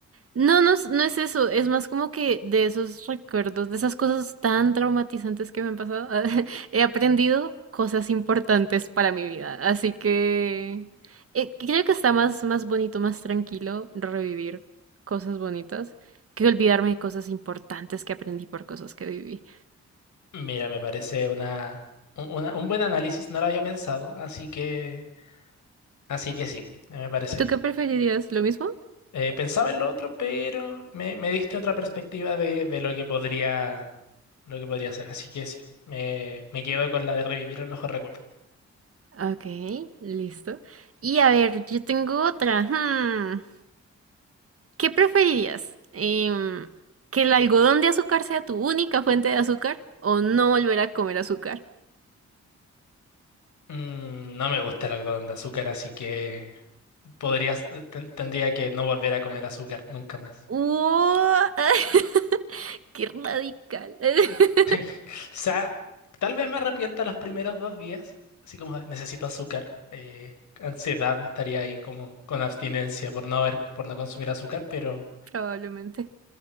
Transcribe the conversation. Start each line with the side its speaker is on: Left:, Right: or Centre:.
Right: No, no, es- no es eso, es más como que de esos recuerdos, de esas cosas tan traumatizantes que me han pasado, <laughs> he aprendido cosas importantes para mi vida. Así que eh, creo que está más, más bonito, más tranquilo revivir cosas bonitas que olvidarme de cosas importantes que aprendí por cosas que viví.
Left: Mira, me parece una, un una- un buen análisis, no lo había pensado, así que, así que sí, eh, me parece
Right: ¿Tú
Left: bien.
Right: qué preferirías? ¿Lo mismo?
Left: Eh, pensaba en lo otro, pero me, me diste otra perspectiva de, de lo que podría, lo que podría ser, así que sí, me, me quedo con la de revivir el mejor recuerdo.
Right: Ok, listo. Y a ver, yo tengo otra. hmm. ¿Qué preferirías? Em, ¿que el algodón de azúcar sea tu única fuente de azúcar o no volver a comer azúcar?
Left: Mm, no me gusta el algodón de azúcar, así que podrías, ten- tendría que no volver a comer azúcar nunca más.
Right: ¡Uah! <laughs> ¡Qué radical! <laughs>
Left: <laughs> O sea, tal vez me arrepienta los primeros dos días, así como de, necesito azúcar, eh, ansiedad, estaría ahí como con abstinencia por no haber, por no consumir azúcar, pero,
Right: Probablemente.